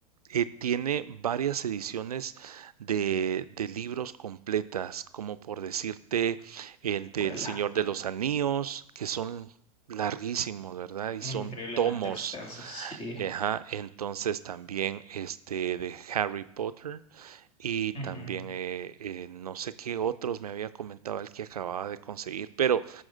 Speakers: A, on the right; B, on the left.
A: eh, tiene varias ediciones de, de libros completas, como por decirte el del
B: Vuela.
A: Señor de los Anillos, que son larguísimos, ¿verdad? Y
B: Increíblemente
A: son tomos.
B: extensos, sí.
A: Ajá, entonces también este de Harry Potter y también
B: Ujú.
A: eh, eh, no sé qué otros me había comentado el que acababa de conseguir, pero